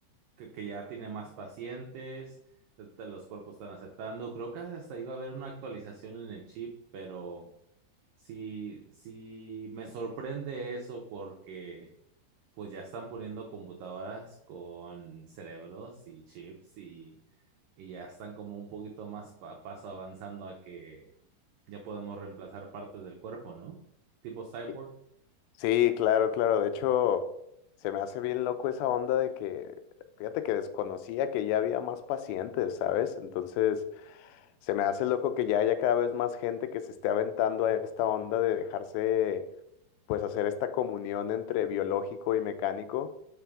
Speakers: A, on the right (about 85°); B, on the left (about 85°).
A: que, que ya tiene más pacientes, te- te- los cuerpos están aceptando. Creo que hasta iba a haber una actualización en el chip, pero Sí, sí, me sorprende eso porque pues ya están poniendo computadoras con cerebros y chips y, y ya están como un poquito más pa- paso avanzando a que ya podemos reemplazar partes del cuerpo, ¿no? Tipo cyborg.
B: Sí, sí, claro, claro. De hecho, se me hace bien loco esa onda de que, fíjate que desconocía que ya había más pacientes, ¿sabes? Entonces, se me hace loco que ya haya cada vez más gente que se esté aventando a esta onda de dejarse, pues, hacer esta comunión entre biológico y mecánico